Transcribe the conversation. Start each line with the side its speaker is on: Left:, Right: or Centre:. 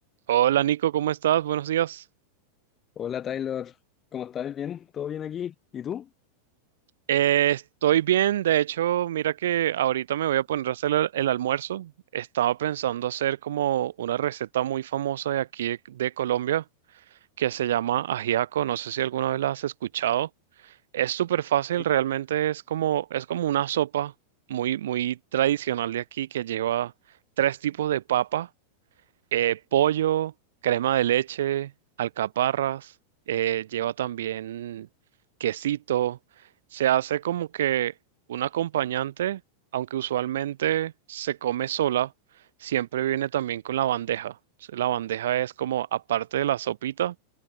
Right: Hola Nico, ¿cómo estás? Buenos días.
Left: Hola Taylor, ¿cómo estás? ¿Bien? ¿Todo bien aquí? ¿Y tú?
Right: Eh, estoy bien, de hecho, mira que ahorita me voy a poner a hacer el, el almuerzo. Estaba pensando hacer como una receta muy famosa de aquí de, de Colombia que se llama ajiaco. No sé si alguna vez la has escuchado. Es súper fácil,
Left: Sí.
Right: realmente es como, es como una sopa muy, muy tradicional de aquí que lleva tres tipos de papa. eh, pollo, crema de leche, alcaparras, eh, lleva también quesito. Se hace como que un acompañante, aunque usualmente se come sola, siempre viene también con la bandeja. Se- La bandeja es como, aparte de la sopita,